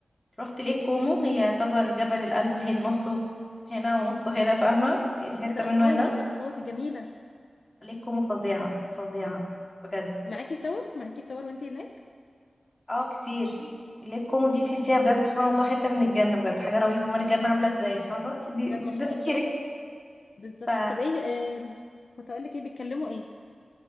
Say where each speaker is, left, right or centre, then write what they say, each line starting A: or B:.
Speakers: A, on the left; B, on the left.
A: رحت ليك كومو هي يعتبر جبل الألب هي نصه هنا ونصه هنا فاهمه يعني حته
B: ايه ده
A: منه
B: الله
A: هنا
B: ما شاء الله دي جميله
A: ليك كومو فظيعه فظيعه بجد
B: معاكي صور معاكي صور وانت هناك
A: اه كتير اللي هي الكوميدي دي تحسيها بجد سبحان الله حتة من الجنة بجد حاجة رهيبة امال الجنة عاملة ازاي فاهمة دي
B: بجد ما
A: دي-
B: شاء
A: ده تفكيرك
B: الله بالظبط
A: ف
B: طب ايه آم، كنت اقول لك ايه بيتكلموا ايه